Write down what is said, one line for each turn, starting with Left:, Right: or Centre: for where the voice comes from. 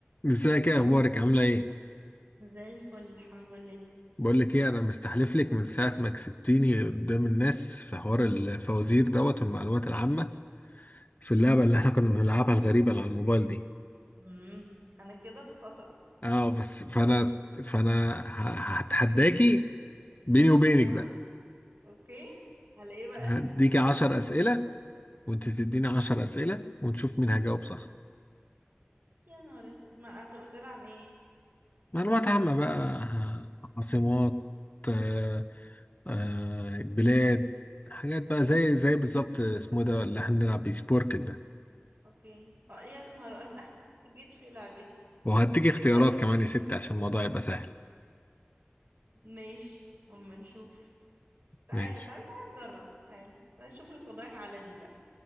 Left: ازيك ايه اخبارك عامله ايه
Right: زي الفل الحمد لله
Left: بقول لك ايه انا مستحلف لك من ساعه ما كسبتيني قدام الناس في حوار الفوازير دوت والمعلومات العامه في اللعبه اللي احنا كنا بنلعبها الغريبه اللي على الموبايل دي
Right: امم انا كده في خطر
Left: اه بس فانا فانا ه- هتحداكي بيني وبينك
Right: اه
Left: بقى
Right: اوكي على ايه بقى
Left: هديكي عشر اسئله وانت تديني عشر اسئله ونشوف مين هجاوب صح
Right: يا نهار اسود ما طب اسئله عن ايه
Left: معلومات عامه بقى ه- عاصمات آه، آه بلاد حاجات بقى زي زي بالظبط اسمه إيه ده اللي احنا بنلعب بيه سبوركل ده
Right: اوكي اه يا نهار انا <laughs> جيت في لعبتي
Left: وهديك
Right: <laughs>
Left: اختيارات
Right: سوري.
Left: كمان يا ست عشان الموضوع يبقى سهل
Right: ماشي اما نشوف تعالى
Left: ماشي
Right: تعالى تعالى نجرب تعالى تعالى نشوف الفضايح على دي بقى